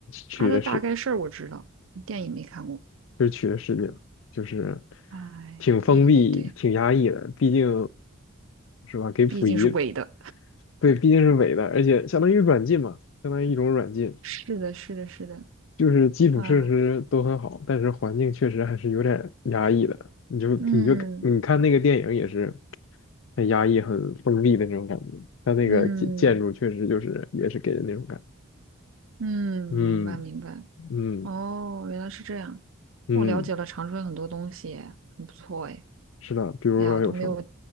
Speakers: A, on the left (about 65°); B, on the right (about 70°).
A: 取的是
B: 他的大概事儿我知道，电影没看过。
A: 就是取的视角，就是
B: 哎，
A: 挺封闭、
B: 对对对，
A: 挺压抑的，毕竟是吧？给溥仪，
B: 毕竟是伪的。
A: 对，毕竟是伪的，而且相当于软禁嘛，相当于一种软禁，
B: 是的，是的，是的，
A: 就是基础设施都很好，
B: 啊，
A: 但是环境确实还是有点压抑的。你就你就你看那个电影也是
B: 嗯
A: 很压抑、很封闭的那种感觉，它那个建建筑确实就是也是给人那种感觉。
B: 嗯嗯，
A: 嗯
B: 明白明白。
A: 嗯
B: 哦，原来是这样，
A: 嗯，
B: 我了解了长春很多东西耶很不错哎。
A: 是的，比如说有什么？
B: 哎呀，我都没有，